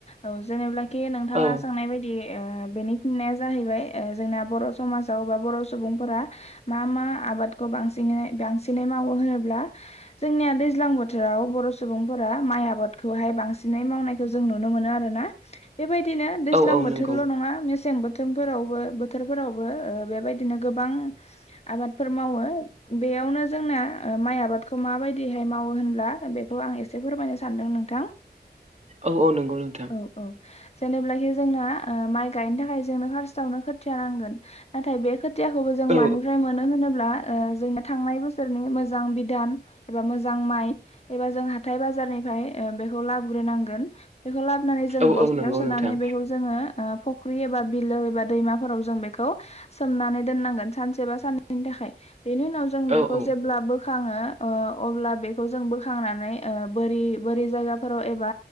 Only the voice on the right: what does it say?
औ
औ औ
नंगौ
औ औ नंगौ नोंथां।
औ
औ
औ नंगौ
नोंथां
औ
औ